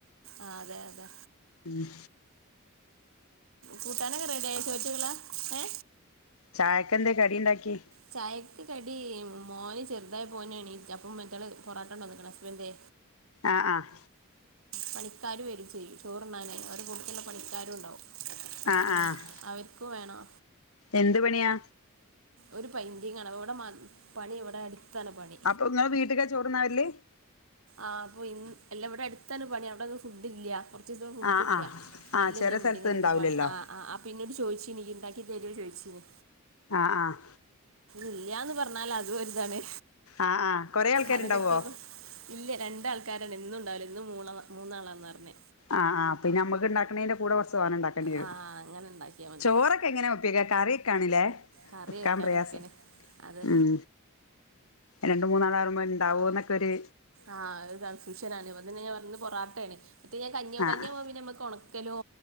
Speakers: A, on the right (about 65°); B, on the left (about 75°).
A: ആ അതെ അതെ
B: ഉം
A: കൂട്ടാനൊക്കെ റെഡയായോ ചോറ്റുക്കുള്ളെ ഏ
B: ചായക്കെന്തെ കടിണ്ടാക്കി?
A: ചായക്ക് കടി മോന് ചെറുതായിപോ ഒന്നെണീറ്റ് അപ്പം മറ്റാള് പൊറാട്ടണ്ടോന്ന്ക്ക്ണ് ഹസ്ബന്റെ
B: ആഹ് ആഹ്‌
A: പണിക്കാര് വരും ചെയ്യും ചോറ്ന്നാനെ ഓരെ കൂട്ത്തിൽ ഇള്ള പണിക്കാരുംണ്ടാവും അതൊ
B: ആഹ്
A: പിന്നെ
B: ആഹ്
A: അവർക്കു വേണോ
B: എന്ത് പണിയാ
A: ഒരു പെന്റിങ്ങാണ് അ ഇവിടെ പണി ഇവിടെ അടുത്താണ് പണി
B: അപ്പൊ ഇങ്ങളെ വീട്ടിക്കാ ചോറ്ന്ന വരല്?
A: ആഹ് അപ്പ ഇ എല്ലാം ഇവിടെ അടുത്താണ് പണി അവിടെന്ന് ഫുഡ് ഇല്ല. ഒറ്റീസം ഫുഡ്ല്ല
B: ആഹ് ആഹ് ആഹ്
A: വല്യന്തോ
B: ചെല
A: ബിൽഡിങ്ങിന്റെ
B: സ്ഥലത്ത് ഇണ്ടാവൂലല്ലോ
A: പണി ആഹ് ആഹ് ആഹ് അ ഇപ്പ ഇന്നോട് ചോയ്ച്ചിനി ഇയ്യ്‌ണ്ടാക്കി തരോ ചോയിച്ചീനി
B: ആഹ് ആഹ്
A: ഇല്ലാന്ന് പറഞ്ഞാല് അതും ഒരുതാണ്
B: ആഹ് ആഹ് കൊറേ ആൾക്കാര്ണ്ടാവോ
A: അതിനനൊക്കക്കെ ഇല്ല രണ്ടാൾക്കാരാണ് എന്നും ഉണ്ടാവൽ ഇന്ന് മൂ മൂന്നാളാണെന്നാ പറഞ്ഞ
B: ആഹ് ആഹ് പിന്നെ നമ്മക്ക് ഉണ്ടാക്കണന്റെ കൂടെ കൊറച്ച് തോനെണ്ടാക്കേണ്ടി വരും.
A: ആ അങ്ങനെ ഉണ്ടാക്കിയാൽ മതി
B: ചോറ എങ്ങനെ ഒപ്പിക്ക കറിക്കാണില്ലേ
A: കറി
B: വക്കാൻ
A: വെക്കാനൊക്കെയാണ്
B: പ്രയാസം
A: അത്
B: ഉം രണ്ട് മൂന്നാളാകുമ്പോൾ ഉണ്ടാവൊ ന്നൊക്കെരു
A: ആഹ് ഒരു കൺഫൂഷൻ ആണ് അതനെ ഞാൻ പറഞ്ഞത്ഇന്ന് പൊറാട്ടേ മറ്റേ ഞാൻ കഞ്ഞി
B: ആഹ്
A: കഞ്ഞിയാ കുമ്പോൾ പിന്നമ്മക്ക് ഒണക്കലോ